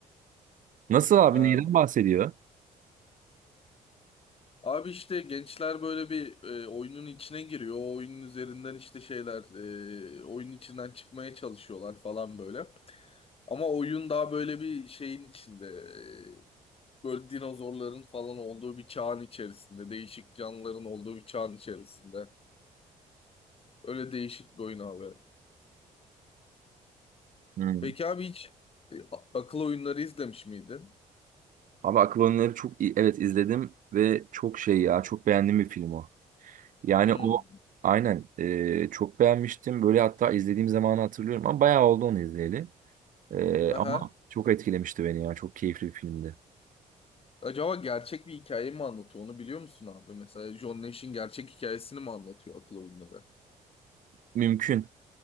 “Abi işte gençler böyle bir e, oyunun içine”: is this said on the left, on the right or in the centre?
Left